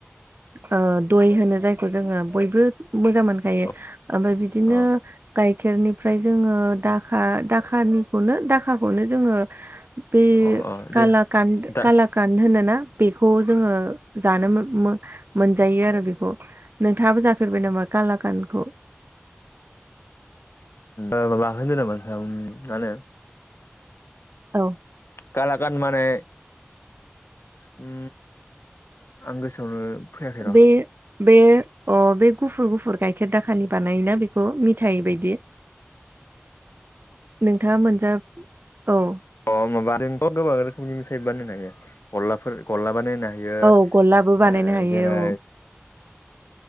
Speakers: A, on the right; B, on the left.
A: ओ दय होनो जायखौ जोङो बयबो मोजां मोनखायो
B: अ
A: ओमफ्राय बिदिनो
B: अ
A: गाइखेरनिफ्राय जोङो दाखा दाखानिखौनो दाखाखौनो जोङो बे
B: अ अ दे
A: कालाकान
B: दा
A: काला गान होनोना बेखौ जोङो जानो मोनजायो आरो बेखौ नोंथाङाबो जाफेरबाय नामा कालाकानखौ
B: ओ माबा होनो नामा नोंथां मा होनो
A: औ
B: कालागान माने ओ आं गोसोआवनो फैयाखै र'
A: बे बे अ बे गुफुर गुफुर गाइखेर दाखानि बानायोना बेखौ मिथाय बायदि नोंथाङा मोनजा औ
B: अ माबा जोंथ गोबां रोखोमनि मेथाइ बानो होनो हायो गलाफोर गला बानो होनो हायो
A: औ
B: बियो
A: गल्लाबो बानायनो हायो
B: जेरै
A: औ